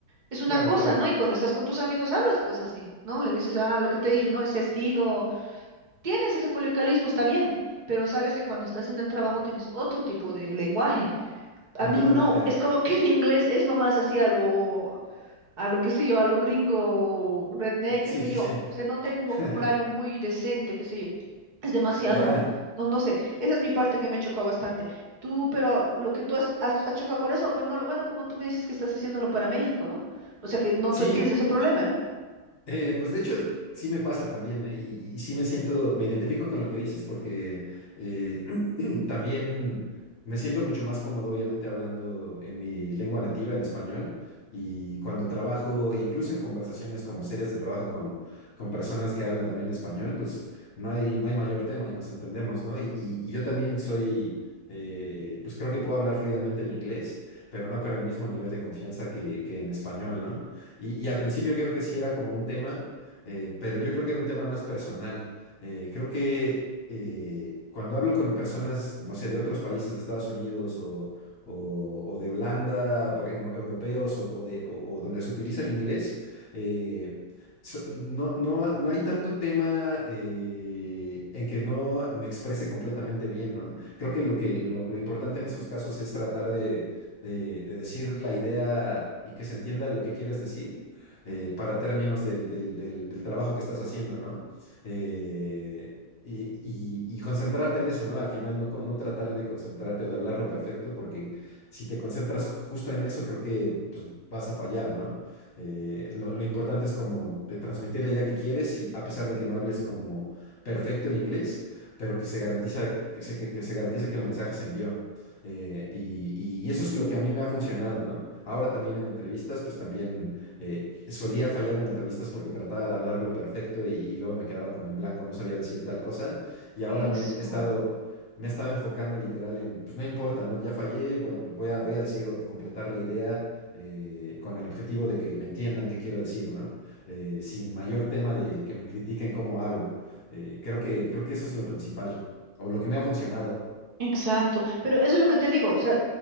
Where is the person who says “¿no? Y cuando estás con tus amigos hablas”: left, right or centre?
Right